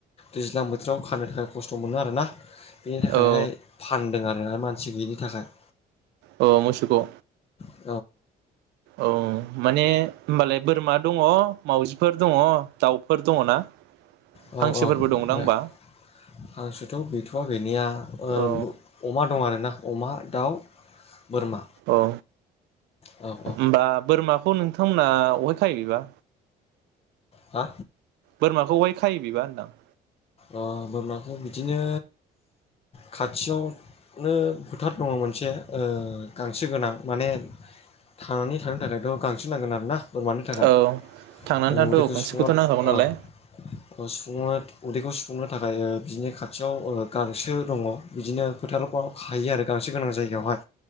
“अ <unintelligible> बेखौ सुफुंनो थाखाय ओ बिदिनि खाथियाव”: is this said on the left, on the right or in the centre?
Left